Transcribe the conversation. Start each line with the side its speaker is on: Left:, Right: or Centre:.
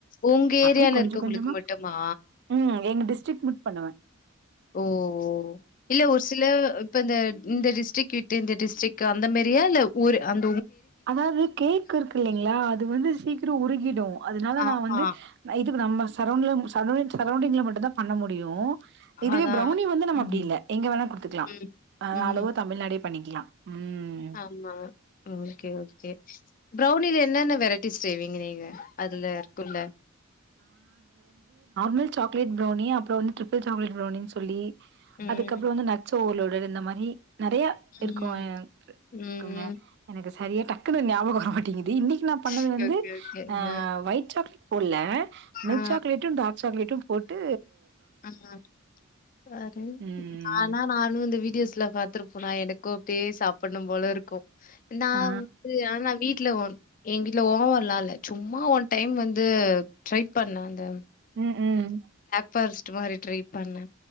Left: உங்க
Right: அப்டியே
Left: ஏரியால
Right: கொஞ்ச
Left: இருக்கவங்களுக்கு
Right: -கொஞ்சமா
Left: மட்டுமா?
Right: உம் எங்க டிஸ் <unintelligible> பண்ணுவ
Left: ஓ ஓ இல்ல ஒரு சில இப்ப அந்த இந்த டிஸ்ட்ரிக் விட்டு இந்த டிஸ்ட்ரிக் அந்த மாரியா இல்ல ஒரு அந்
Right: அதாவது கேக் இருக்கு இல்லைங்களா அது வந்து சீக்கிரோ உருகிடும் அதனால
Left: ஆமா.
Right: நா வந்து இதுக்கு நம்ம சரவுண்ட்ல <unintelligible> சரௌண்டிங்ல மட்டும்தா பண்ண முடியு இதுவே
Left: அதான்.
Right: பிரௌனி வந்து நம்ம
Left: ம்.
Right: அப்டி இல்ல எங்க வேணா குடுத்துக்கலாம்
Left: ம்.
Right: ஹா
Left: ம்.
Right: அளோவர் தமிழ்நாடே பண்ணிக்கலாம் உம்
Left: ஆமா. ஓகே ஓகே பிரௌனில என்னென்ன வெரைட்டிஸ் செய்வீங்க நீங்க அதுல இருக்குல்ல
Right: மில்க் சாக்லேட் பிரௌனி அப்றோ வந்து ட்ரிபிள் சாக்லேட் பிரௌனினு சொல்லி
Left: ம்
Right: அதுக்கப்புறோ வந்து நட்ஸ் ஒவர்லோடு இந்த மாரி நெறைய இருக்கும்
Left: ம்
Right: இருக்குங்க
Left: ம்
Right: எனக்கு சரியா டக்குனு ஞாபகோ வரமாட்டுது இது இன்னைக்கு நா பண்ணது
Left: ஓகே
Right: வந்து
Left: ஓகே ஓகே
Right: ஆ
Left: அ
Right: ஒயிட் சாக்லேட் போட்ல மில்க்
Left: ஆ
Right: சாக்லேட்டும் டார் சாக்லேட்டும் போட்டு
Left: ஆ ஹா யாரு
Right: ம்
Left: நானா நானு இந்த வீடியோஸ்ல பாத்துருப்பனா எனக்கு கோப்படியே சாப்பிம் போல இருக்கும் நான்
Right: ஆ
Left: வந்து ஆனா வீட்டுல ஒன் எங்க வீட்ல ஓவன்லா இல்ல சும்மா ஒன் டைம் வந்து ட்ரை பண்ணே அந்த
Right: உம் உம்
Left: பர்ஸ் சும்மா ஒரு ட்ரை பண்ணே